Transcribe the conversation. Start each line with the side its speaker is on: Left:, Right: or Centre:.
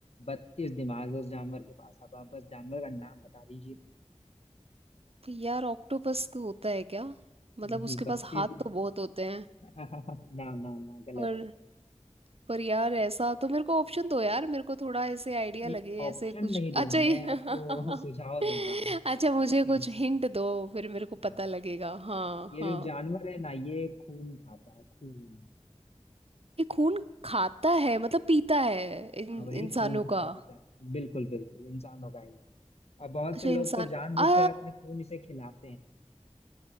Left: बत्तीस दिमाग है उस जानवर के पास अब आप बस जानवर का नाम बता दीजिए
Right: यार ऑक्टोपस का होता है क्या मतलब
Left: नहीं
Right: उसके
Left: बत्तीस
Right: पास हाथ तो बहुत होते हैं
Left: <laughs> ना ना ना गलत
Right: और पर यार ऐसा तो मेरे को ऑप्शन दो यार मेरे को थोड़ा ऐसे आइडिया
Left: नहीं
Right: लगे
Left: ऑप्शन
Right: ऐसे कुछ
Left: नहीं दूंगा
Right: अच्छा ये
Left: मैं
Right: <laughs>
Left: आपको <laughs> सुझाव दूंगा
Right: अच्छा मुझे
Left: हिंट्स
Right: कुछ हिंट दो फिर मेरे को
Left: हाँ
Right: पता लगेगा हाँ
Left: ये
Right: हाँ
Left: जो जानवर है ना ये खून खाता है, खून
Right: ये खून खाता है मतलब पीता है इन,
Left: हाँ वही
Right: इंसानों
Left: खून खाता
Right: का
Left: पीता है। बिल्कुल बिल्कुल इंसानों का ही और बहुत
Right: अच्छा
Left: से लोग
Right: इंसान
Left: तो जानबूझकर
Right: आ
Left: अपने खून इसे खिलाते हैं